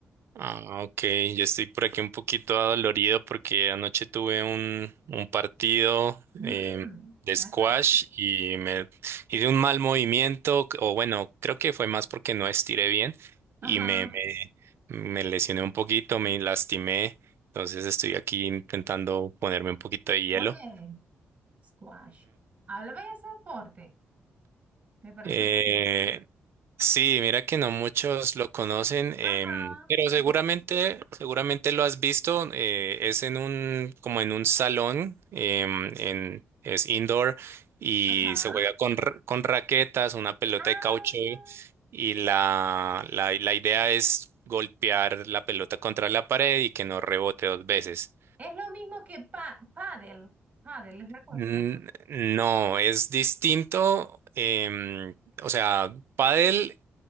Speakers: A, on the right; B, on the right.
A: Ah, ok. Yo estoy por aquí un poquito adolorido porque anoche tuve un, un partido
B: Mmm,
A: em, de
B: ah,
A: squash
B: caramba.
A: y me hice un mal movimiento, o bueno, creo que fue más porque no estiré bien
B: Ajá.
A: y me, me, me lesioné un poquito, me lastimé. Entonces estoy aquí intentando ponerme un poquito de hielo.
B: Oye, squash. Háblame de ese deporte. Me parece
A: Eh,
B: curioso.
A: sí, mira que no muchos lo conocen, em,
B: Ajá.
A: pero seguramente,
B: Yo-
A: seguramente lo has visto. eh, es en un, como en un salón, em, en, es indoor y
B: Ajá.
A: se juega con, ra- con raquetas, una pelota
B: Ah,
A: de caucho y la, la, la idea es golpear la pelota contra la pared y que no rebote dos veces.
B: es lo mismo que pa pádel. Pádel es la cosa.
A: N- No, es distinto. em, o sea, pádel.